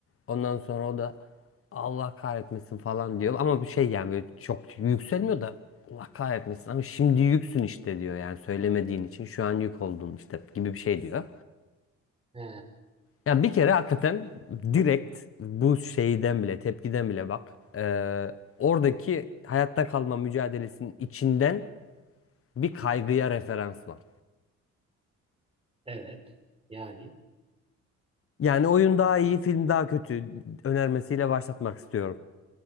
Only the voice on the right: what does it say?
He,
evet. Yani.